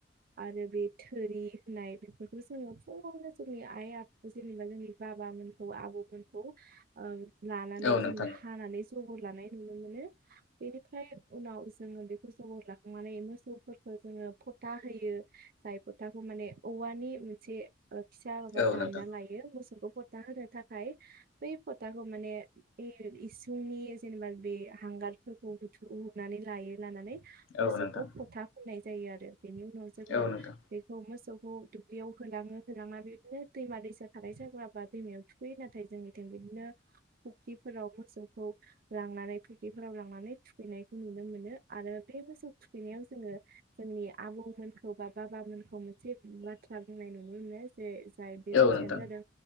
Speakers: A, on the right; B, on the left.
A: आरो बे थोरि होननाय बेफोरखौ जोङो फुङावनो जोंनि आइ आफा जेनेबा जोंनि बाबामोनखौ आबौमोनखौ ओ लानानै
B: औ नोंथां
A: जेनेबा हानानै जगर लानाय नुनो मोनो। बेनिफ्राय उनाव जोङो बेफोर जगर लाखांनानै मोसौफोरखो जोङो फथा होयो। जाय फथाखौ माने औवानि मोनसे ओ फिसा माबा
B: औ
A: दानना
B: नोंथां
A: लायो मोसौखौ। फथा होनो थाखाय बै फथाखौ माने इ -इसुंनि जेनेबा बे हांगारफोरखौ उथुमुनानै लायो लानानै मोसौखौ
B: औ नोंथां
A: फथा फोननाय जायो आरो बिनि उनाव जोङो
B: औ नोंथां
A: बेखौ मोसौ दुब्लियाव होलाङो होलांना बिदिनो दैमा दैसा थानाय जाग्राबा दैमायाव थुखैयो। नाथाय जोंनिथिं बिदिनो फुख्रिफोराव मोसौखौ लांनानै फुख्रिफोराव लांनानै थुखैनायखौ नुनो मोनो। आरो बे मोसौ थुखैनायाव जोङो जोंनि आबौमोन खौ बा बाबामोनखौ मोनसे बाथ्रा बुंनाय नुनो मोनो जे <unintelligible> बे बाथ्रायानो
B: औ नोंथां
A: जादों